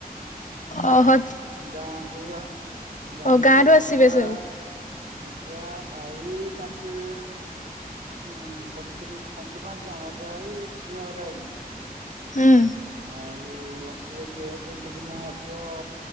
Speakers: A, on the left (about 50°); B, on the right (about 60°).
A: ଅହୋ।
B: ଗାଠୁଆ। ଗନ୍ଠୁ
A: ଗାଁ ରୁ
B: ଅର୍ଜା।
A: ଆସିବେ ସବୁ।
B: ଅଜା, ଆଇ ତାଙ୍କେ। ହଁ। ସବୁ ତାଙ୍କ ମାରୁଛ। ଅଜା ହେ, ଯିଏ ଅଜା ହେଇ
A: ହୁଁ।
B: ଆଉ ଆସିବ। କିଏ ଏଠୁ କି ନା ଆସିବ।